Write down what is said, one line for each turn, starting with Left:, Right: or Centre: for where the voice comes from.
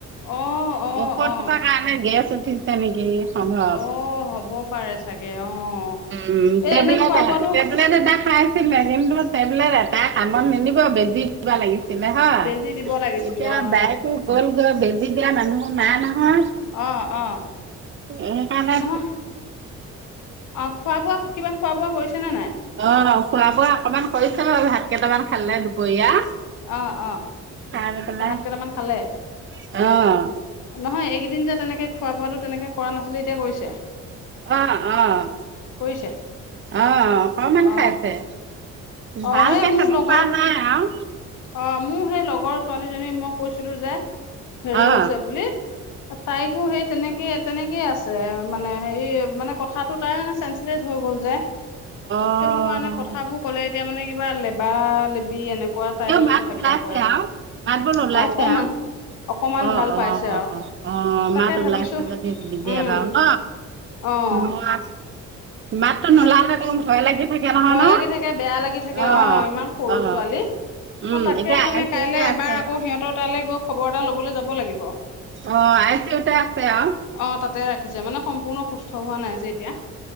Left: অ, অ।
Right: ঔসধ
Left: অ
Right: সোপা কাৰনে গেছ উঠিছে নেকি। সম্ভৱ।
Left: অ, হব পাৰে চাগে অ'।
Right: উম,
Left: এ
Right: টেবলেট
Left: এনে খোৱা বোৱাটো
Right: টেবলেট এটা খাই ছিলে কিন্তু টেবলেট এটাই কামত নিদিব বেজি দিব লাগিছিল। ছিলে হয়
Left: বেজি দিব লাগিছিলে
Right: এতিয়া
Left: অ
Right: বাইকো গ'ল গৈ বেজি দিয়া মানুহ নাই নহয়।
Left: অ, অ,
Right: সেইকাৰণে
Left: নহয় অ, খোৱা বোৱা কিবা খোৱা বোৱা কৰিছানে নে নাই?
Right: অ' ন খোৱা বোৱা অকমান কৰিছে বাৰু ভাত কেইটামান খালে দুপৰীয়া।
Left: অ', অ',
Right: খাই লৈ পেলাই
Left: ভাত কেইটামান খালে।
Right: অ'।
Left: নহয় এইকেইদিন যে তেনেকে খোৱা বোৱাটে তেনেকে কৰা নাছিলে এতিয়া কৰিছে।
Right: অ', অ',
Left: কৰিছে?
Right: অ', অকনমান
Left: অ',
Right: খাইছে।
Left: অ',
Right: ভালকে
Left: সেই মোৰ
Right: খাব
Left: লগৰ
Right: পৰা নাই আৰু
Left: অ', মোৰ সেই ছোৱালীজনী কৈছিলো যে হেৰি
Right: অ'
Left: হৈছে বুলি অ', তাইকো সেই তেনেকে তেনেকেইে আছে মানে হেৰি মানে কথাটো তাই মানে চে শ্লেছ হৈ গ'ল যে।
Right: অ'
Left: সেইটো কাৰণে কথাবোৰ ক'লে এতিয়া মানে কিবা লেবা লেবি এনেকুৱা ৱা টাইপত
Right: তেওঁ মাত
Left: কথ
Right: ওলাইছে
Left: কেইটা কৈ আছো
Right: আৰু মাত বোল ওলাইছে
Left: অকমান
Right: আৰু
Left: অকমান
Right: অ',
Left: ভাল
Right: অ',
Left: পাইছে আৰু
Right: অ',
Left: তাকে
Right: মাত ওলাইছে
Left: ভাবিছো
Right: যদি <unintelligible>
Left: উম,
Right: বাৰু ন।
Left: অ',
Right: ম আছ মাততো নোলালেতো
Left: তাকে
Right: ভয় লাগি থাকে নহয়
Left: ভয়
Right: ন,
Left: লাগি থাকে বেয়া লাগি থাকে
Right: অ',
Left: ইমান সৰু
Right: অ'।
Left: ছোৱালী
Right: উম,
Left: অ তাকে
Right: এতিয়া
Left: মানে
Right: আই চি
Left: কাইলৈ
Right: ইউতে
Left: এবাৰ
Right: আছে
Left: আকৌ
Right: আৰু।
Left: সিহঁতৰ তালৈ গৈ খবৰ এটা ল'বলে যাব লাগিব।
Right: অ', আই ছি ইউতে আছে আৰু।
Left: অ', তাতে ৰাখিছে মানে সম্পূৰ্ণ সুস্থ হোৱা নাই যে এতিয়া।